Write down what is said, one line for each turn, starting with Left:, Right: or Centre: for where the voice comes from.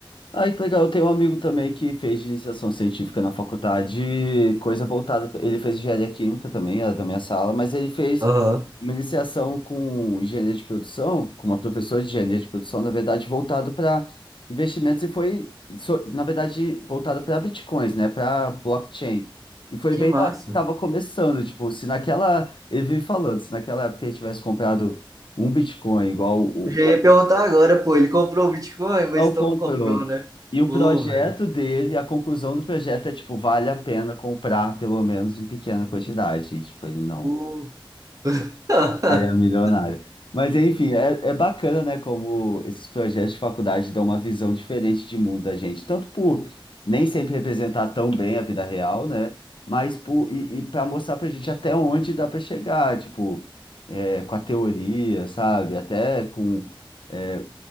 Left: Ai, que legal. Eu tenho um amigo também que fez iniciação científica na faculdade, coisa voltada. Ele fez engenharia química também, era da minha sala, mas ele fez
Right: Aham.
Left: uma iniciação com engenharia de produção, com uma professora de engenharia de produção, na verdade, voltado para investimentos e foi, so- na verdade, voltado para bitcoins, né, para blockchain. E foi
Right: Que
Left: bem
Right: massa.
Left: na hora que estava começando, tipo, se naquela. Ele vive falando, se naquela época ele tivesse comprado um bitcoin igual o.
Right: Eu já ia perguntar agora, pô, ele comprou o Bitcoin,
Left: Não
Right: mas então
Left: comprou.
Right: não comprou, né?
Left: E o
Right: Pô,
Left: projeto
Right: velho.
Left: dele, a conclusão do projeto é, tipo, vale a pena comprar, pelo menos em pequena quantidade. E, tipo, ele não.
Right: Pô. <laughs>
Left: Ele é milionário. Mas, enfim, é, é bacana, né, como esses projetos de faculdade dão uma visão diferente de mundo da gente. Tanto por nem sempre representar tão bem a vida real, né? Mas por, e, e para mostrar pra gente até onde dá para chegar, tipo, é, com a teoria, sabe? Até com. é,